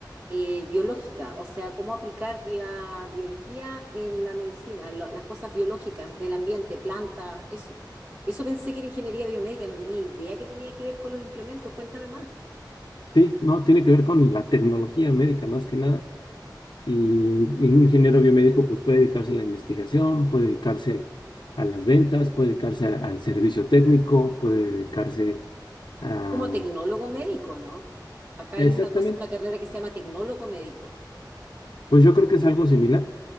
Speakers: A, on the right; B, on the left.
A: eh, biológica, o sea, cómo aplicar la biología en la medicina, lo- las cosas biológicas del ambiente, plantas, eso. Eso pensé que era ingeniería biomédica, no tenía idea que tenía que ver con los implementos, cuéntame más.
B: sí, no, tiene que ver con la tecnología médica más que nada Y un ingeniero biomédico pues puede dedicarse a la investigación, puede dedicarse a las ventas, puede dedicarse a- al servicio técnico, puede dedicarse a...
A: Como tecnólogo médico, ¿no? Acá
B: Exactamente.
A: hay una cosa, una carrera que se llama tecnólogo médico.
B: Pues yo creo que es algo similar,